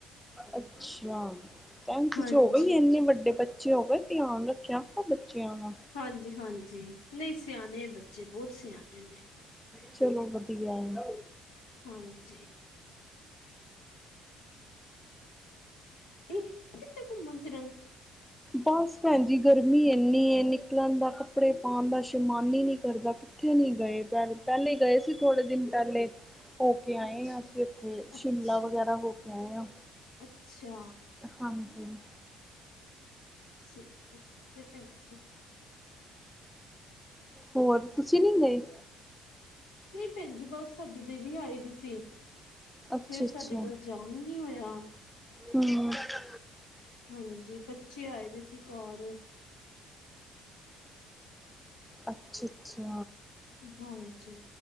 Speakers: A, in the centre; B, on the left.
A: ਅੱਛਾ। ਟੈਂਥ
B: ਹਾਂਜੀ,
A: ਚ' ਹੋਗੀ ਏ। ਇੰਨੇ ਵੱਡੇ ਬੱਚੇ ਹੋ ਗਏ। ਧਿਆਉਣ ਰੱਖਿਆ ਕਰੋ ਬੱਚਿਆਂ ਦਾ।
B: ਹਾਂਜੀ- ਹਾਂਜੀ ਨਹੀਂ, ਸਿਆਣੇ ਬੱਚੇ ਬਹੁਤ ਸਿਆਣੇ ਨੇ।
A: ਚਲੋ ਵਧੀਆ ਹੈ।
B: ਹਾਂਜੀ। ਇਹ ਕਿਥੇ ਕੁਮਨ- ਫਿਰਨ?
A: ਬਸ ਭੈਣ ਜੀ, ਗਰਮੀ ਇੰਨੀ ਨਿਕਲਣ ਦਾ, ਕੱਪੜੇ ਪਾਉਣ ਦਾ ਸ਼ਮਾਨ ਹੀ ਨੀ ਕਰਦਾ। ਉੱਥੇ ਨਹੀਂ ਗਏ, ਪ- ਪਹਿਲੇ ਗਏ ਸੀ ਥੋੜੇ ਦਿਨ ਪਹਿਲੇ। ਹੋ ਕੇ ਆਏ
B: ਅੱਛਾ,
A: ਹਾਂ। ਅਸੀਂ ਇੱਥੇ ਸ਼ਿਮਲਾ
B: ਅੱਛਾ,
A: ਵਗੈਰਾ ਹੋ ਕੇ ਆਏ ਹਾਂ।
B: ਅੱਛਾ।
A: ਹਾਂਜੀ।
B: ਸਹੀ ਵਧੀਆ, ਭੈਣ ਜੀ।
A: ਹੋਰ ਤੁਸੀਂ ਨਹੀਂ ਗਏ?
B: ਨਹੀਂ ਭੈਣ ਜੀ ਬਸ ਸਾਡੀ ਦੀਦੀ ਆਏ ਦੀ ਸੀ।
A: ਅੱਛਾ
B: ਫਿਰ
A: ਅੱਛਾ
B: ਸਾਡੇ ਕੋਲ ਜਾਣ ਨੀ ਹੋਇਆ।
A: ਹਮ <unintelligible>
B: ਹਾਂਜੀ। ਬੱਚੇ ਆਏ ਦੇ ਸੀ ਘਰ।
A: ਅੱਛਾ- ਅੱਛਾ।
B: ਹਾਂਜੀ।